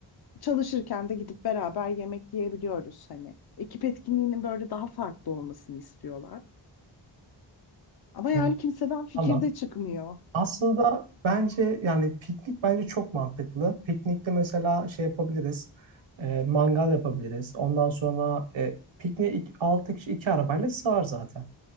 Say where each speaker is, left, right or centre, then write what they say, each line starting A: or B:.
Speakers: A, on the left; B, on the right.
A: Çalışırken de gidip beraber yemek yiyebiliyoruz hani. Ekip etkinliğinin böyle daha farklı olmasını istiyorlar. Ama yani
B: Hmm.
A: kimseden fikir
B: Tamam.
A: de çıkmıyor.
B: Aslında bence yani piknik bence çok mantıklı. Piknikte mesela şey yapabiliriz. e, mangal yapabiliriz. Ondan sonra e, pikniğe 6 kişi iki arabayla sığar zaten.